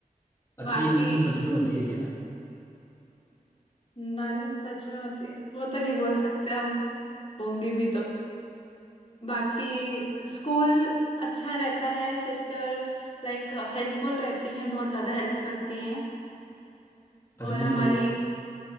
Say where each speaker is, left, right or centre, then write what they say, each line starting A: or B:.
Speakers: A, on the left (about 20°); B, on the left (about 40°).
A: अच्छा
B: बाकी
A: ये नन सच में होती है क्या
B: नन सच में होती है वो तो नहीं बोल सकते अब होंगी भी तो बाकी स्कूल अच्छा रहता है सिस्टर्स लाइक हेल्पफुल रहती हैं बहुत ज़्यादा हेल्प करती हैं
A: अच्छा
B: और
A: मतलब
B: हमारी